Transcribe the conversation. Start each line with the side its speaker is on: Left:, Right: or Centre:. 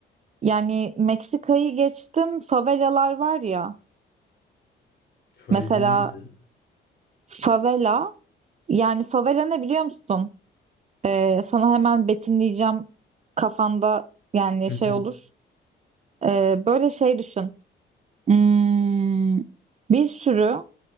Right: yani Meksika'yı geçtim favelalar var ya
Left: <laughs> Faveli
Right: mesela
Left: neydi?
Right: favela yani favela ne biliyor musun? Ee, sana hemen betimleyeceğim kafanda yani
Left: Hı
Right: şey
Left: hı.
Right: olur. Ee, böyle şey düşün. Hmm, bir sürü